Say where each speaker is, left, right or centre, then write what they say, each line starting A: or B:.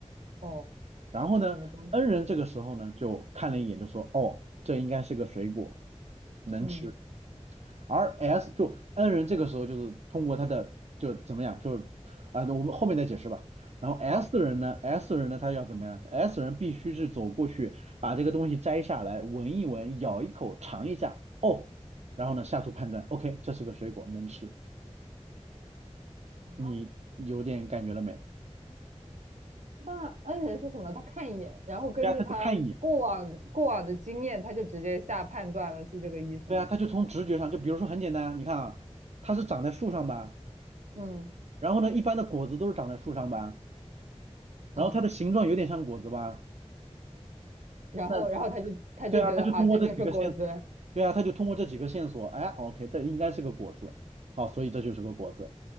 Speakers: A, on the right; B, on the right.
A: 哦，
B: 然后呢，N
A: 什么东西？
B: 人这个时候呢，就看了一眼，就说，哦，这应该是个水果，能吃。
A: 嗯，
B: 而 S 就 N 人这个时候就是通过他的就怎么样，就是啊、我们后面再解释吧。然后 S
A: 好
B: 人呢，S 人呢，他要怎么样？S 人必须是走过去，把这个东西摘下来，闻一闻，咬一口，尝一下，哦，然后呢下出判断，OK，这是个水果，能吃。
A: 啊，
B: 你有点感觉了没？
A: 那恩人是什么？他看一眼，然后根据他过往过往的经验，
B: 对啊，他就看一眼，
A: 他就直接下判断了是这个意思吗？
B: 对啊，他就从直觉上，就比如说很简单，你看啊，它是长在树上吧，
A: 嗯，
B: 然后呢，一般的果子都是长在树上吧，
A: 哦，
B: 然后它的形状有点像果子吧。
A: 然后然后他就他就觉得啊，
B: 那对啊，他就通过这几个线索，
A: 这就是果子。
B: 对啊，他就通过这几个线索，哎，OK，这应该是个果子，好，所以这就是个果子，